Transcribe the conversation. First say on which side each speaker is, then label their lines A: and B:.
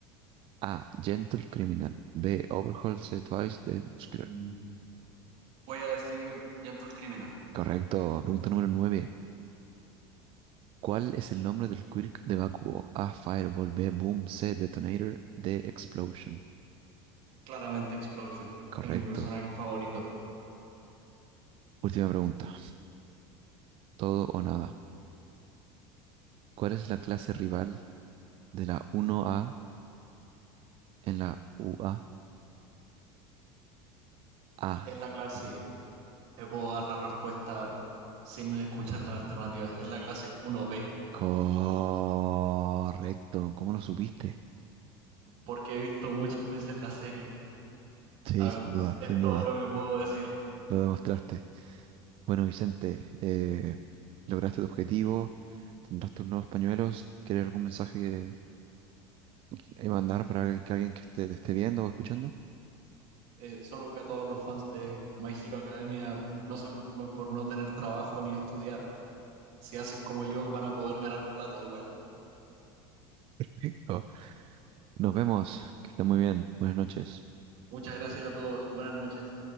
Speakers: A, on the right; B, on the right.
A: A. Gentle Criminal. B. Overhaul C. Twice de Muscular.
B: Mm. Voy a decir Gentle Criminal.
A: Correcto. Pregunta número 9. ¿Cuál es el nombre del quirk de Bakugo? A. Fireball. B. Boom. C. Detonator. D. Explosion.
B: Claramente Explosion
A: Correcto.
B: es mi personaje favorito.
A: Última pregunta. Todo o nada. ¿Cuál es la clase rival de la 1A en la UA? A.
B: En la clase te puedo dar la respuesta sin escuchar las alternativas. Es la clase 1B,
A: A? Correcto. ¿Cómo lo supiste?
B: porque he visto muchas veces la serie.
A: Sí,
B: A
A: sin
B: ver,
A: duda,
B: es
A: sin
B: todo
A: duda.
B: lo que puedo decir.
A: Lo demostraste. Bueno, Vicente, eh, lograste tu objetivo, tendrás tus nuevos pañuelos. ¿Quieres algún mensaje que, que mandar para alguien- que alguien que esté, te esté viendo o escuchando?
B: Eh, solo que a todos los fans de My Hero Academia no se preocupen por no tener trabajo ni estudiar. Si hacen como yo, van a poder ganar plata igual.
A: Perfecto. Nos vemos, que esté muy bien. Buenas noches.
B: Muchas gracias a todos. Buenas noches.